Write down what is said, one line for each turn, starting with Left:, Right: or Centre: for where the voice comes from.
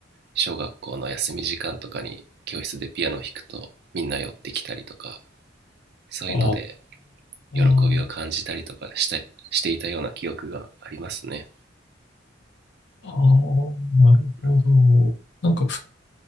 Right: 小学校の休み時間とかに教室でピアノを弾くとみんな寄ってきたりとか、そういうので
Left: あ、ああ、
Right: 喜びを感じたりとかしてしていたような記憶がありますね。
Left: ああ、なるほど。
Right: うん、
Left: なんか、